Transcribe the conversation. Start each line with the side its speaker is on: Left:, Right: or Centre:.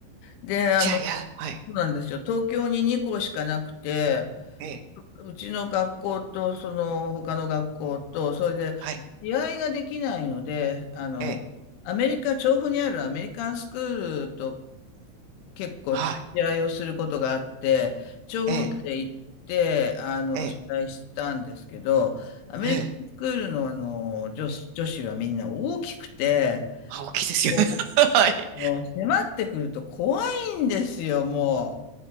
Left: で、あの、
Right: じゃあ、いや、
Left: そ
Right: はい、
Left: うなんですよ。東京に2校しかなくて、
Right: ええ、
Left: うちの学校と、その他の学校と、それで、
Right: はい、
Left: 試合ができないので、あの、
Right: ええ、
Left: アメリカ、調布にあるアメリカンスクールと結構試合をすることがあって、
Right: はい、
Left: 調布まで行って、
Right: ええ。
Left: あの、
Right: ええ、
Left: 試合したんですけど、アメリカンスクールの、
Right: ええ。
Left: あの、女子、女子はみんな大きくて、
Right: あ、大きいですよ。
Left: も
Right: <laughs> はい。
Left: う、もう迫ってくると怖いんですよ、も